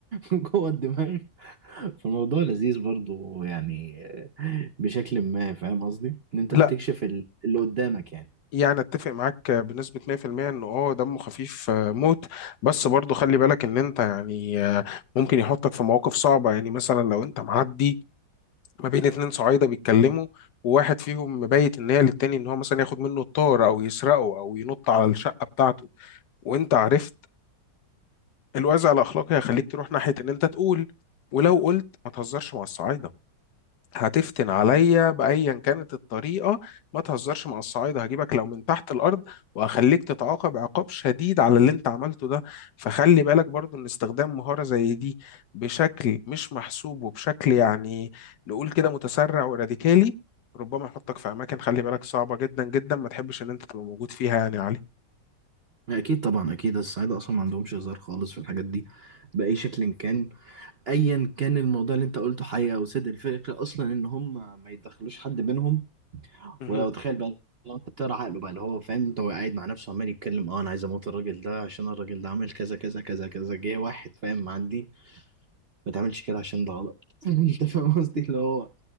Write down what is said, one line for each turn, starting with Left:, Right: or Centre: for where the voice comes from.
Right: جوه الدماغ فالموضوع لذيذ برضو يعني آه، بشكل ما فاهم قصدي ان انت
Left: لا
Right: بتكشف ال- اللي قدامك يعني
Left: يعني اتفق معاك بنسبة 100% انه اه دمه خفيف آه، موت بس برضو خلي بالك ان انت يعني آه، ممكن يحطك في مواقف صعبة يعني مثلا لو انت معدي ما بين اتنين صعايدة بيتكلموا وواحد فيهم مبيت ان هي للتاني ان هو مثلا ياخد منه الطار او يسرقه او ينط على الشقة بتاعته وانت عرفت الوازع الاخلاقي هيخليك تروح ناحيه ان انت تقول ولو قلت ما تهزرش مع الصعايده هتفتن عليا بايا كانت الطريقه ما تهزرش مع الصعايده هجيبك لو من تحت الارض وهخليك تتعاقب عقاب شديد على اللي انت عملته ده فخلي بالك برضو ان استخدام مهاره زي دي بشكل مش محسوب وبشكل يعني نقول كده متسرع وراديكالي ربما يحطك في اماكن خلي بالك صعبه جدا جدا ما تحبش ان انت تبقى موجود فيها يعني يا
Right: اكيد طبعا اكيد الصعايده اصلا ما عندهمش هزار خالص في الحاجات دي باي شكل كان ايا كان الموضوع اللي انت قلته حقيقه او صدق الفكره اصلا ان هم ما يدخلوش حد بينهم
Left: علي
Right: ولو تخيل بقى لو انت بتقرا عقله بقى اللي هو فاهم انت هو قاعد مع نفسه عمال يتكلم اه انا عايز اموت الراجل ده عشان الراجل ده عمل كذا كذا كذا كذا جه واحد فاهم معدي ما تعملش كده عشان ده غلط <laughs> انت فاهم قصدي اللي هو